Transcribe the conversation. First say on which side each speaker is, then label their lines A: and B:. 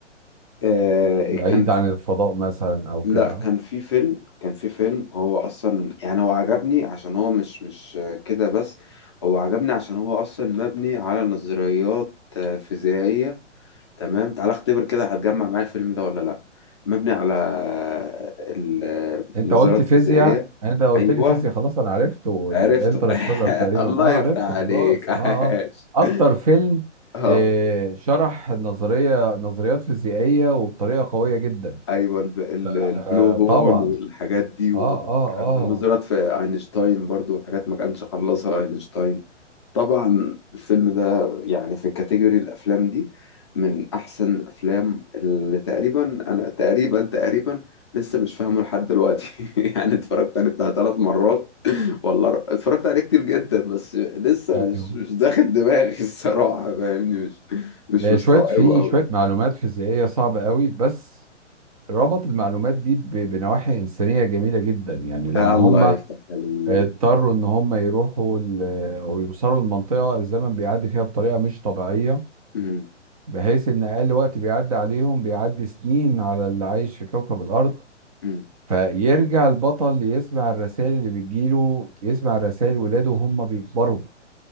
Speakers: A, on the left (about 25°); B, on the right (about 30°).
A: آه،
B: بعيد
A: كان
B: عن الفضاء مثلا أو كده
A: لا كان في فيلم كان في فيلم هو اصلا يعني هو عجبني عشان هو مش مش كده بس هو عجبني عشان هو اصلا مبني على نظريات آه، فيزيائية تمام تعال اختبر كده هتجمع معايا الفيلم ده ولا لا مبني على آه، ال- آه،
B: انت
A: النظريات
B: قلت فيزياء
A: الفيزيائية
B: انت قلت
A: ايوه
B: لي فيزياء خلاص انا عرفت والانترستيلر
A: عرفته <laughs>
B: تقريبا
A: الله
B: اه
A: يفتح
B: عرفته
A: عليك
B: خلاص اه
A: عاش
B: اه اكتر فيلم
A: <laughs> اه
B: آه شرح النظريه نظريات فيزيائيه وبطريقه قويه جدا
A: ايوه الب- ال-
B: آه
A: البلو هول
B: طبعا
A: والحاجات دي والكلام
B: اه اه اه
A: ده ونظرت في اينشتاين برضو حاجات ما كانش خلصها اينشتاين طبعا الفيلم ده يعني في كاتيجوري الافلام دي من احسن الافلام اللي تقريبا انا تقريبا تقريبا لسه مش فاهمه لحد دلوقتي <laughs> يعني اتفرجت عليه بتاع ثلاث مرات والله ر- اتفرجت عليه كتير جدا بس لسه
B: ايوه
A: مش مش داخل دماغي <laughs> الصراحة فاهمني مش مش
B: آه،
A: مستوعبه
B: شويه في
A: قوي
B: شويه معلومات فيزيائيه صعبه قوي بس ربط المعلومات دي ب- بنواحي انسانيه جميله جدا يعني لما
A: الله
B: هم
A: يفتح عليك
B: اضطروا ان هم يروحوا ال- او يوصلوا لمنطقه الزمن بيعدي فيها بطريقه مش طبيعيه
A: مم.
B: بحيث ان اقل وقت بيعدي عليهم بيعدي سنين على اللي عايش في كوكب الارض
A: مم.
B: فيرجع البطل يسمع الرسائل اللي بتجيله يسمع الرسائل ولاده وهم بيكبروا